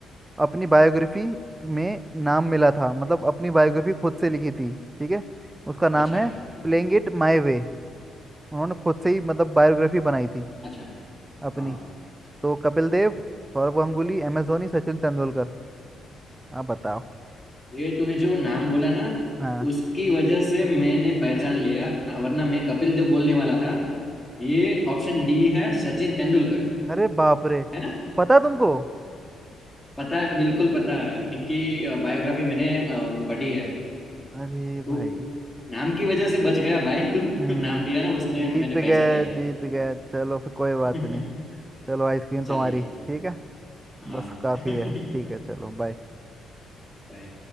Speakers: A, on the right; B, in the centre.
A: अपनी बायोग्राफी में नाम मिला था मतलब अपनी बायोग्राफी खुद से लिखी थी ठीक है उसका नाम
B: अच्छा
A: है
B: हाँ
A: प्लेइंग इट माय वे उन्होंने खुद से ही मतलब बायोग्राफी बनाई थी
B: अच्छा
A: अपनी
B: हाँ
A: तो कपिल देव सौरव गांगुली एम एस धोनी सचिन तेंदुलकर आप बताओ
B: ये तूने जो नाम बोला ना
A: हाँ
B: उसकी वजह से मैंने पहचान लिया वरना मैं कपिल देव बोलने वाला था ये ऑप्शन डी है सचिन तेंदुलकर
A: अरे बाप रे तो
B: है ना
A: पता तुमको
B: पता है बिल्कुल पता है इनकी अ, बायोग्राफी मैंने अ, पढ़ी है
A: अरे
B: तो
A: भाई
B: नाम की वजह से बच गया भाई तू
A: हम्म
B: <laughs> नाम दिया ना उसमें
A: जीत
B: मैंने पहचान
A: गए
B: लिया
A: जीत गए चलो फिर कोई
B: <laughs>
A: बात नहीं चलो आइसक्रीम तुम्हारी
B: चल ठीक
A: ठीक है
B: हाँ
A: बस काफी
B: <laughs>
A: है ठीक है चलो बाय
B: बाय